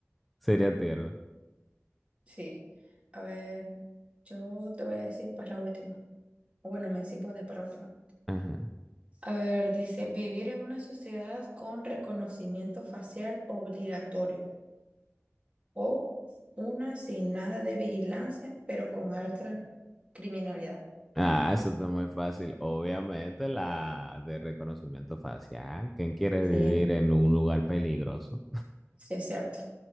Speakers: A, in the centre; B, on the right.
A: sería tierno.
B: Sí. A ver, yo te voy a decir pues la última. O bueno, me decís vos después la última.
A: Ajá.
B: A ver, dice, vivir en una sociedad con reconocimiento facial obligatorio o una sin nada de vigilancia, pero con alta criminalidad.
A: Ah, eso está muy fácil. Obviamente la de reconocimiento facial. ¿Quién quiere
B: Sí,
A: vivir en un lugar peligroso?
B: sí es cierto.